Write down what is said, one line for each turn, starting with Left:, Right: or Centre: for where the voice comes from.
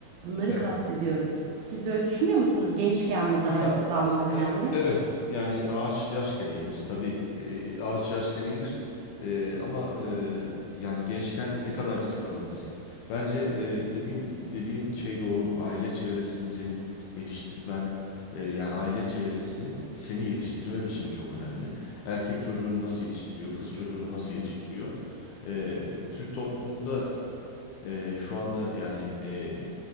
Right: Bunları
Left: Evet.
Right: kastediyorum. Siz de öyle düşünüyor musunuz? Gençken mi daha
Left: Ya
Right: risk almak önemli?
Left: e- evet yani ağaç yaşken iyidir. Tabii e, ağaç yaşken iyidir. E, ama e, yani gençken ne kadar risk alabilirsin? Bence e, dediğim dediğin şey doğru. Aile çevresinin senin yetiştirmen e, yani aile çevresinin seni yetiştirme biçimi çok önemli. Erkek çocuğunu nasıl yetiştiriyor? Kız çocuğunu nasıl yetiştiriyor? E, Türk toplumunda Eee, şu anda yani eee,